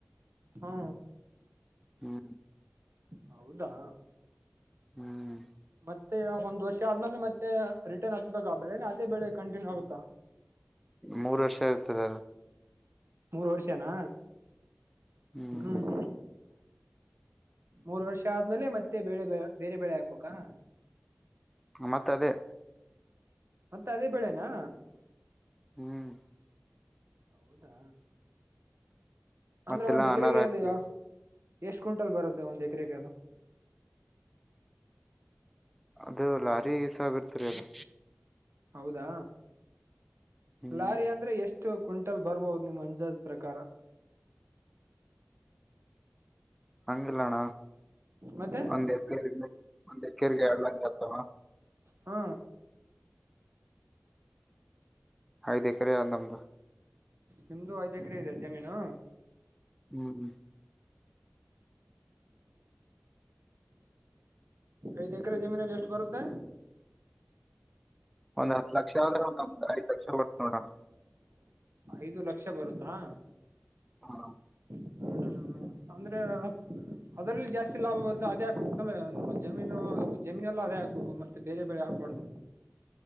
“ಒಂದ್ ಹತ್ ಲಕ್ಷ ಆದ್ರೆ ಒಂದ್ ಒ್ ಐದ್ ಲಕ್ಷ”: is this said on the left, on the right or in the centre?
Centre